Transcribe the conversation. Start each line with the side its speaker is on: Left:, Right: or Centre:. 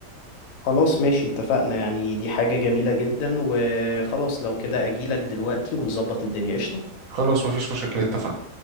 Left: خلاص ماشي اتفقنا يعني دي حاجة جميلة جدا وخلاص لو كده اجيلك دلوقتي ونظبط الدنيا قشطة
Right: خلاص مفيش مشاكل اتفقنا